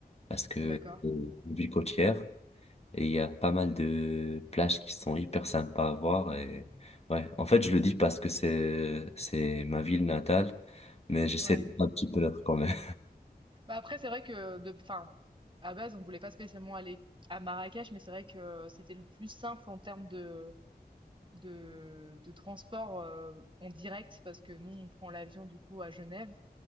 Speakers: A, on the left; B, on the right.
A: parce que
B: d'accord.
A: c'est une ville côtière, et il y a pas mal de plages qui sont hyper sympas à voir. Et... Ouais, en fait, je le dis parce que c'est c'est ma ville natale, mais j'essaie
B: Ouais.
A: de faire un petit peu l'autre quand même
B: Bah après, c'est vrai que de, enfin, à base, on voulait pas spécialement aller à Marrakech, mais c'est vrai que c'était le plus simple en termes de, de, de transport euh, en direct, parce que nous, on prend l'avion du coup à Genève,